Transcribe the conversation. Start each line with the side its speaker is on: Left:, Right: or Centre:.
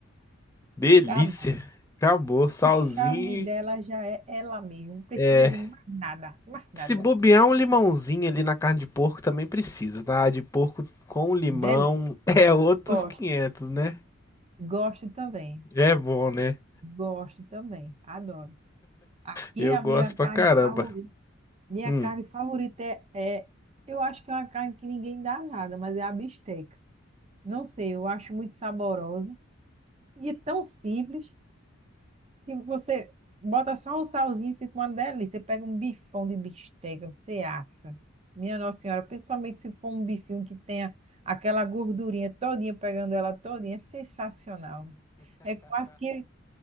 Left: delícia.
Right: Acabou.
Left: Acabou, salzinho.
Right: O charme dela já é ela mesma. Não precisa
Left: é,
Right: de mais nada, mais nada.
Left: Se bobear um limãozinho ali na carne de porco também precisa, tá? A de porco com limão
Right: Delícia.
Left: <laughs> é outros
Right: Gosto.
Left: 500, né?
Right: Gosto também.
Left: É bom, né?
Right: Gosto também. Adoro. Aqui
Left: Eu
Right: a
Left: gosto
Right: minha
Left: pra
Right: carne
Left: caramba.
Right: favorita, minha
Left: Hum,
Right: carne favorita é, é- eu acho que é uma carne que ninguém dá nada, mas é a bisteca. Não sei, eu acho muito saborosa e é tão simples que você bota só um salzinho e fica uma delícia. Você pega um bifão de bisteca, você assa. Minha Nossa Senhora, principalmente se for um bifinho que tenha aquela gordurinha todinha, pegando ela todinha, é sensacional. É quase que,